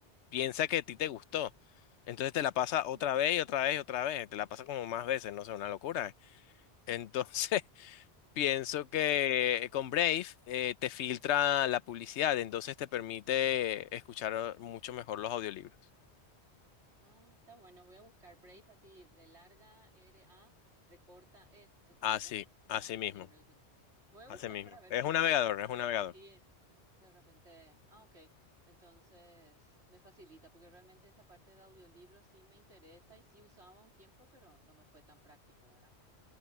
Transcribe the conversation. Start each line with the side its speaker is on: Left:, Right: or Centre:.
Left: piensa que a ti te gustó. Entonces te la pasa otra
Right: <laughs>
Left: vez y otra vez y otra vez. Te la pasa como más veces, no sé, una locura. Entonces <laughs> pienso que eh, con Brave eh, te filtra la publicidad, entonces te permite escuchar eh, mucho mejor los audiolibros.
Right: Ah, está bueno, voy a buscar Brave así de larga R-A, de corta E, se escribe,
Left: Así, así
Right: la aplica
Left: mismo,
Right: del nombre del... proyecto. Voy a
Left: así
Right: buscar
Left: mismo.
Right: para ver
Left: Es
Right: qué
Left: un
Right: onda,
Left: navegador, es
Right: a
Left: un
Right: ver
Left: navegador.
Right: si así de repente... Ah, ok, entonces me facilita, porque realmente esa parte de audiolibro sí me interesa y sí usaba un tiempo, pero no me fue tan práctico, ¿verdad?